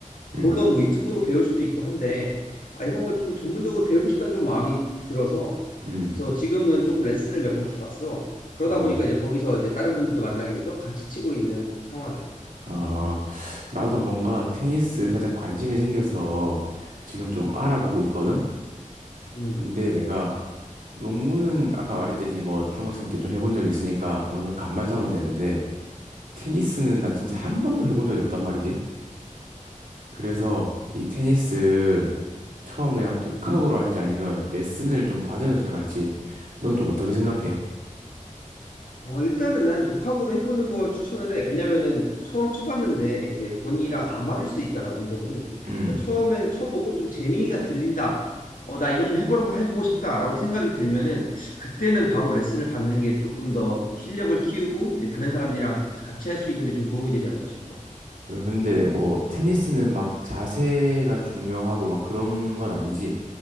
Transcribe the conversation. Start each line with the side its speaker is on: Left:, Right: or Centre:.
Right: 음,
Left: 물론 뭐 유튜브로 배울 수도 있고 한데 아, 이런 걸 좀 전문적으로 배우고 싶다는 좀 마음이 들어서
Right: 음.
Left: 그래서 지금은 조금 레슨을 몇 번 받았어. 그러다
Right: 어.
Left: 보니까 이제 거기서 이제 다른 분들도 만나게 돼서 같이 치고 있는 상황이야.
Right: 아, 나도 뭔가 테니스 살짝 관심이 생겨서 지금 좀 알아보고 있거든?
Left: 음.
Right: 근데 내가 농구는 아까 말했듯이 뭐 중학생 때 좀 해본 적이 있으니까 어느 정도 감만 잡으면 되는데 테니스는 나 진짜 한 번도 해본 적이 없단 말이지. 그래서 이 테니스 처음 그냥 독학으로 할지 아니면 레슨을 좀 받으면서 시작할지 넌 좀 어떻게 생각해?
Left: 어, 일단은 난 독학으로 해보는 걸 추천을 해. 왜냐면은 처음 쳐봤는데 이제 본인이랑 안 맞을 수 있잖아, 운동이.
Right: 음.
Left: 그래서 처음에는 쳐보고 좀 재미가 들린다. 어, 나 이거 좀 해보, 해보고 싶다라고 생각이 들면은 그때는 바로 레슨을 받는 게 조금 더 실력을 키우고 이제 다른 사람들이랑 가- 같이 할 수 있는데 좀 도움이 되지 않을까 싶어.
Right: 그리고 근데 뭐 테니스는 막 자세가 중요하고 막 그런 건 아니지.